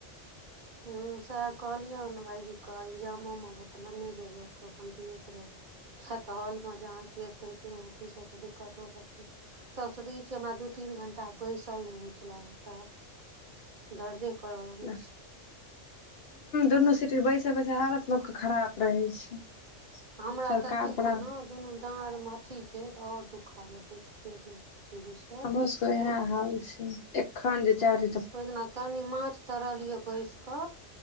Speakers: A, on the right (about 45°); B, on the left (about 60°).
A: ह सएह कहलियै भाईजीे ‌ मामा लेने जेबै ओतऽ अपन पियैत रहबै खेत हल मे जहाँ क एते अथ दिक्कत हो सबसे तऽ ई छै हमरा दू तीन घंटा बैसल नहि होइ छै लगातार दर्दे करऽ लगै
B: ह
A: छै
B: दुनू सिटिंग बैसेबैसे हालत लोकके खराप रहै छै
A: हमरा
B: सरकार
A: तऽ अथी
B: बड़ा
A: छै ने दुनू डार मे अथी छै ते और दुखा लगे छै अथी जे छै
B: हमरो सबके इएह हाल छै एखन जे चारी
A: ओना दिन कनी माछ तरलीयै बैस क